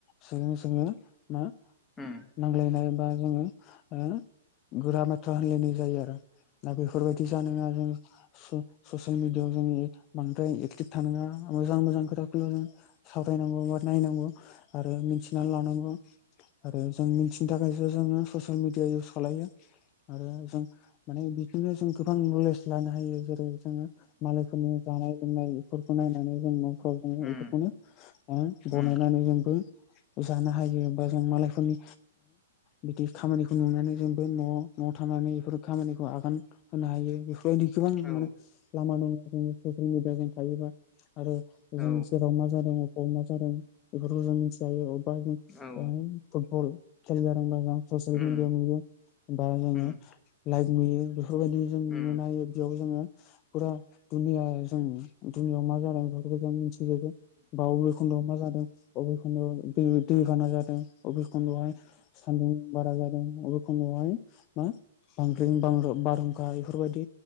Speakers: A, on the left; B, on the left.
A: सोङो सोङो मा
B: ओम
A: नांज्लायनाय बा जोङो ओ गोरा बाथ्रा होनलायनाय जायो आरो दा बेफोरबायदि जानाया जों ससियेल मिडियाव जोङो बांद्राय एकटिभ थानाङा मोजां मोजां खोथाखौल' जों सावरायनांगौ बा नायनांगौ आरो मिथिनानै लानांगौ आरो जों मिथि नों थाखायसो जोङो ससियेल मिडिया इउस खालायो आरो जों माने बिदिनो जों गोबां नलेज लानो हायो जेरै जोङो माला यफोरनो जानाय लोंनाय बेफोरखौ नायनानै जों न'फ्राव जोङो
B: उम
A: बेफोरखौनो बनायनानै
B: उम
A: जोंबो जानो हायो बा जों मालायफोरनि बिदि खामानिखौ नुनानै जोंबो न' न'आव थानानै बेफोर खामानिखौ आगान होनो हायो ओ बेफोरबायदि गोबां
B: औ
A: माने लामा सामा जों ससियेल मिडिया जों थायोबा आरो जों
B: औ
A: जेराव मा जादों अबेबा मा जादों बेफोरखौ जों मिथि हायो अबेबा जों
B: औ
A: फुटबल खेल जादोंबा जों ससियेल
B: उम
A: मिडियाायाव नुयो ओमफ्राय जोङो
B: उम
A: लाइट नुयो बेफोरबायदि जों नुनो
B: उम
A: हायो बेयाव जोङो फुरा दुनिया जों दुनियाव मा जानाय बेफोरखौ जों मिथिजोबो बा बबे खनदआव मा जादों बबे खनदयाव दै दैबाना जादों अबे खनदयावहाय सानदुं बारा जादों अबे खनायावहाय मा बांग्रिं बां बारहुंखा बेफोरबायदि